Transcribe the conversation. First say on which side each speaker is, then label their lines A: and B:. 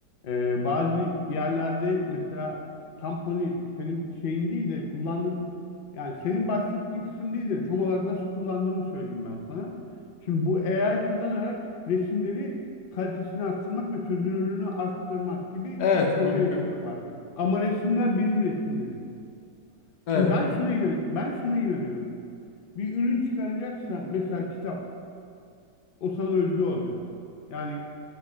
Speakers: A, on the left; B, on the left.
A: e, bazı yerlerde mesela tam konu senin şeyin değil de kullandığım yani senin bahsettiğin kısım değil de tam olarak nasıl kullandığımı söyleyeyim ben sana. Şimdi bu AI kullanarak resimleri kalitesini arttırmak ve çözünürlüğünü arttırmak gibi
B: Evet
A: seçeneklerim
B: mümkün.
A: var. Ama resimler benim resimlerim.
B: Evet.
A: Şimdi ben şuna inan ben şuna inanıyorum. Bir ürün çıkaracaksan mesela kitap O sana özgü olacak. Yani